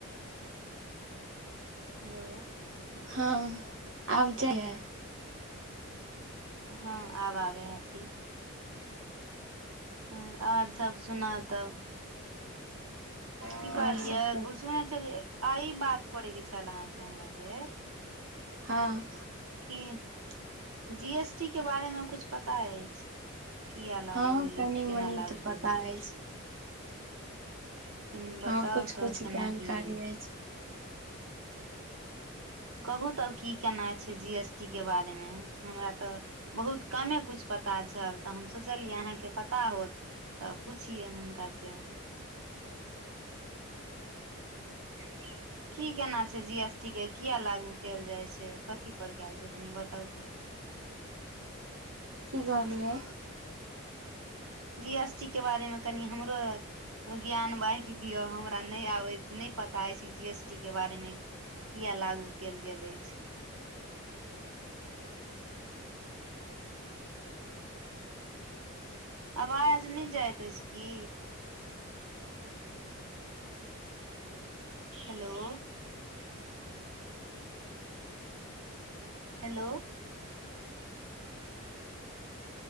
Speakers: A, on the right; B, on the right.
A: हेलो
B: हँ आब जाय या?
A: हँ आबय हैऽ ठीक। हँ आओर सब सुनाउ तब।
B: आओर
A: की कहलियए
B: सब सब
A: ओ सुने छलियै आइ बात करेके छैल अहाँ से हमरा से।
B: हँ
A: क जी एस टी के बारे मे कुछ पता अछि? किया लागू
B: हँ
A: भेलै
B: कनि
A: केना
B: मनि
A: लागू
B: तऽ पता
A: भेलै?
B: अछि
A: कि बताउ
B: हँ कुछ
A: तऽ
B: कुछ
A: केना
B: जानकारी
A: की भेलै?
B: अछि
A: कहू तब की केना छैय जी एस टी के बारे मे हमरा तऽ बहुत कमे कुछ पता छल तऽ हम सोचलियै की अहाँके पता होत। तऽ पुछियैन हुनका से।
B: <unintelligible>
A: की केना छैय, जी एस टी के किया लागू कैल जाय छैय, कथी पर कैल छैय? कनि बताउ तऽ।
B: की कहलियै?
A: जी एस टी के बारेमे कनि हमरो ज्ञान बाँटि दियअ हमरा नहि आबैत नहि पता अछि इ जी एस टी के बारेमे। किया लागू कैल गेल अछि? आवाज नै जाइत अछि की? Hello hello